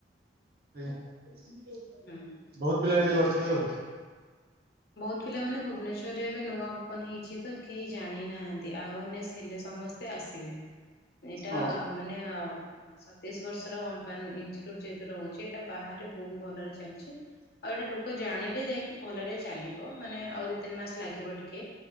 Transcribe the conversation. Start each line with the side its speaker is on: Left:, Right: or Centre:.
Right: ହଁ।
Left: ହୁଁ।
Right: ପିଲା ସେଠି କରିଥିବେ ଆଉ
Left: ବହୁତ ପିଲାମାନୋନ ଭୁବନେଶ୍ୱରରେ ଏବେ ନୂଆ ଓପନ ହେଇଛି ତ କେହି ଜାଣିନାହାନ୍ତି ଆୱାରନେସ୍ ହେଲେ ସମସ୍ତେ ସେ ଆସିବେ ଏଇଟା
Right: ଓ
Left: ଆ ମାନେ ହଁ ସତେଇଶ ବର୍ଷର କମ୍ପାନୀ ଇଷ୍ଟିଚୁଟଯେହତୁ ରହୁଛି ଏଟା ବାହାରେ ବହୁ ଭଲରେ ଚାଲିଛି। ଆଉ ଏଇଟା ଲୋକ ଜାଣିଲେ ଯାଇକି ଭଲରେ ଚାଲିବ ମାନେ ଆଉ ଦି ତିନି ମାସ ଲାଗିବ ଟିକେ